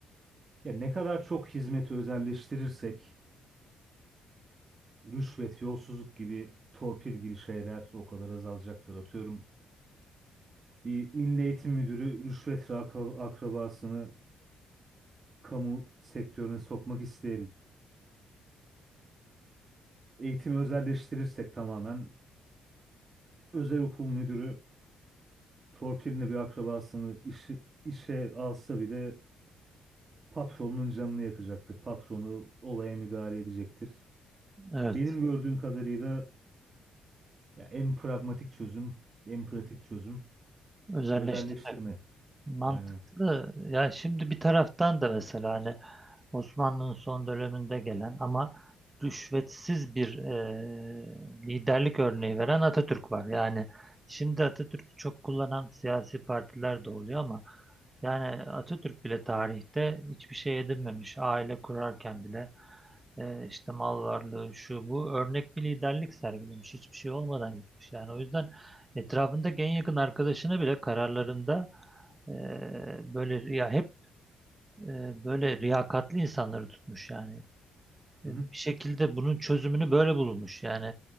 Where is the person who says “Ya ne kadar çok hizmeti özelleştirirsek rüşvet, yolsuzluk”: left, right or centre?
Right